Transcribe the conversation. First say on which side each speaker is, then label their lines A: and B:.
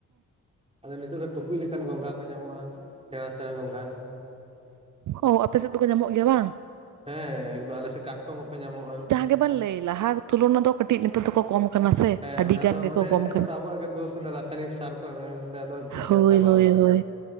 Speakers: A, on the right; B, on the right.
A: ᱟᱫᱚ ᱱᱤᱛᱚᱜ ᱫᱚ ᱴᱩᱠᱩᱡ ᱞᱮᱠᱟᱱ ᱜᱚᱝᱜᱷᱟ ᱠᱚ ᱧᱟᱢᱚᱜ-ᱟ ᱥᱮᱸᱬᱟ ᱥᱮᱸᱬᱟ ᱜᱚᱝᱜᱷᱟ
B: ᱚ ᱟᱯᱮ ᱥᱮᱫ ᱫᱚᱠᱚ ᱧᱟᱢᱚᱜ ᱜᱮᱭᱟ ᱵᱟᱝ
A: ᱦᱮᱸ ᱮᱠᱫᱚᱢ ᱟᱞᱮ ᱥᱮᱫ ᱠᱟᱴᱠᱚᱢ ᱦᱚᱸᱠᱚ ᱧᱟᱢᱚᱜ-ᱟ
B: ᱟᱵᱮᱱ ᱞᱟᱹᱭ ᱞᱟᱦᱟ ᱛᱩᱞᱚᱱᱟ ᱫᱚ ᱠᱟᱹᱴᱤᱡ ᱱᱤᱛᱚᱜ ᱫᱚᱠᱚ ᱠᱚᱢ ᱠᱟᱱᱟ ᱥᱮ
A: ᱦᱮᱸ
B: ᱟᱹᱰᱤ
A: ᱚᱱᱟ
B: ᱜᱟᱱ
A: ᱫᱚ
B: ᱜᱮᱠᱚ
A: ᱚᱱᱮ
B: ᱠᱚᱢ ᱠᱟᱱᱟ
A: ᱟᱫᱚ ᱟᱵᱚᱣᱟᱜ ᱜᱮ ᱫᱳᱥ ᱨᱟᱥᱟᱭᱱᱤᱠ ᱥᱟᱨ ᱠᱚ ᱮᱢ ᱮᱢ ᱛᱮ ᱟᱫᱚ ᱡᱚᱛᱚ
B: ᱦᱳᱭ
A: ᱠᱚ ᱪᱟᱵᱟ
B: ᱦᱳᱭ
A: ᱟᱠᱟᱱᱟ
B: ᱦᱳᱭ